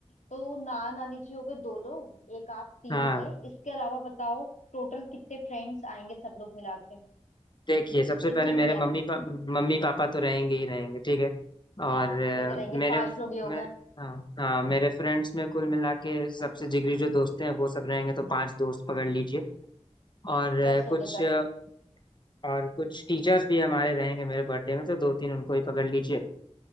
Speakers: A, on the left; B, on the left.
A: तो नाना नानी जी हो गए दो लोग एक आप तीन
B: हाँ
A: हो गए इसके अलावा बताओ टोटल कितने फ्रेंड्स आएंगे सब लोग मिला के
B: देखिए सबसे
A: कितने
B: पहले मेरे
A: की गैदरिंग
B: मम्मी पा, मम्मी पापा तो रहेंगे ही रहेंगे ठीक है और
A: हाँ
B: अ,
A: वो तो रहेंगे
B: मेरे
A: पांच लोग ही हो
B: मेरे
A: गए
B: हाँ हाँ मेरे फ्रेंड्स में कुल मिला के सबसे जिगरी जो दोस्त हैं वो सब रहेंगे तो पांच दोस्त पकड़ लीजिए और अ,
A: दस हो
B: कुछ
A: गए दस
B: अ, और कुछ टीचर्स भी हमारे रहेंगे मेरे बर्थडे में तो दो तीन उनको ही पकड़ लीजिए